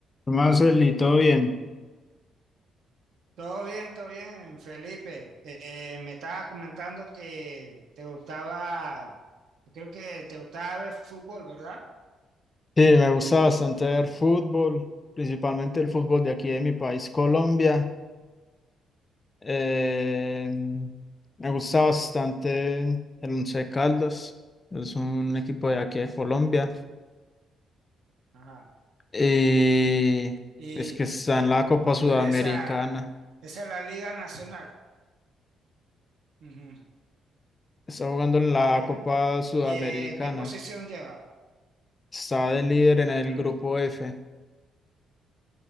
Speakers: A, on the left; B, on the right.
A: Marcel, y todo bien.
B: Todo bien, todo bien, Felipe. Eh, me estabas comentando que te gustaba, yo creo que te gustaba ver fútbol, ¿verdad?
A: Sí, me gusta bastante ver fútbol, principalmente el fútbol de aquí de mi país, Colombia. Eh, me gusta bastante el Once Caldas, es un equipo de aquí de Colombia.
B: Ajá.
A: Y
B: Y,
A: es que está
B: y-
A: en la Copa Sudamericana,
B: pero esa, esa es la Liga Nacional. Ujú.
A: está jugando en
B: A
A: la
B: ver,
A: Copa Sudamericana,
B: eh, ¿qué posición lleva?
A: está de líder en
B: Ujú.
A: el grupo F.